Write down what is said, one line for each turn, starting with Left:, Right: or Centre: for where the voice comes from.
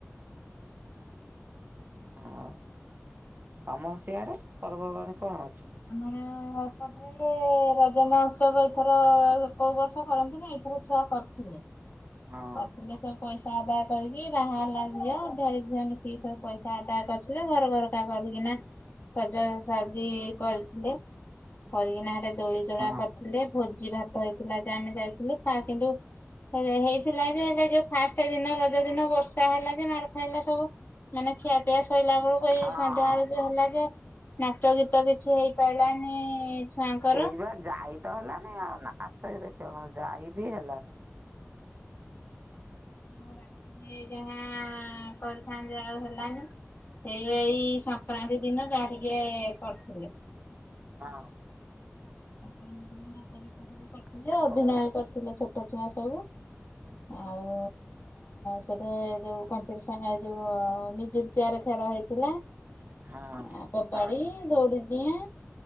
Right: ଆଉ ତମର ସିିଆଡ଼େ ପର୍ବପର୍ବାଣୀ କଣ ଅଛି?
Left: ଆମର ଏପଟରେ ରଜ ମହୋତ୍ସବ ଏଥର କୋଉ ବର୍ଷ କରନ୍ତିନି ଏଇଥର ଛୁଆ କରିଥିଲି
Right: ହଁ।
Left: କରିଥିଲେ ସବୁ ପଇସା ଆଦାୟ କରିକି ବାହା ହେଲା ଝିଅ ଘର ଝିଅ ମିଶିକି ସବୁ ପଇସା ଆଦାୟ କରିଥିଲେ ଘର ଘର କରିକିନା ସଜାସଜି କରିଥିଲେ କରିକିନା ସେଟ ଦୋଳି ଦୋଳା
Right: ହଁ
Left: କରିଥିଲେ ଭୋଜି ଭାତ ହେଇଥିଲା ଯେ ଆମେ ଯାଇଥିଲୁ ତା କିନ୍ତୁ ହେଇ ହେଇଥିଲା ଯେ ହେଲେ ଯୋଉ ସେଇଦିନ ରଜ ଦିନ ବର୍ଷା ହେଲା ଯେ ମାଡ ଖାଇଲା ସବୁ ମାନେ ଖିଆ ପିଆ ସଇଲା ଆ ଏଇ
Right: ହଁ।
Left: ସନ୍ଧ୍ୟା ବେଳକୁ ହେଲା ଯେ ନାଚ ଗୀତ କିଛି ହେଇପାରିଲାନି ଛୁଆଙ୍କର
Right: ସେଇ ବା ଯାଇ ତ ହେଲାନି ଆଉ ନାଚ ଗୀତ ଦେଖିବ କଣ ଯାଇ ବିି ହେଲାନି
Left: ରାତିରେ ଯାହା କରିଥାନ୍ତେ ଆଉ ହେଲାନି ସେଇ ଏଇ ସଂକ୍ରାନ୍ତି ଦିନ ଯାହା ଟିକେ କରିଥିଲେ।
Right: ହଁ।
Left: ନାଚ ଗୀତ ସବୁ କରିଥିଲେ
Right: ସେ
Left: ଅଭିନୟ
Right: କଣ
Left: କରିଥିଲେ ଛୋଟ ଛୁଆ ସବୁ
Right: ହଁ
Left: ଆଉ ସେଠେ ଏ ଯୋଉ କମ୍ପିଟିସନ୍ ଏ ଯୋଉ ମ୍ୟୁଜିକ୍ ଚେୟାର ଖେଳ ହେଇ ଥିଲା
Right: ହଁ
Left: ଆଉ କବାଡି
Right: ହଁ।
Left: ଦୌଡ଼ିଦିଆ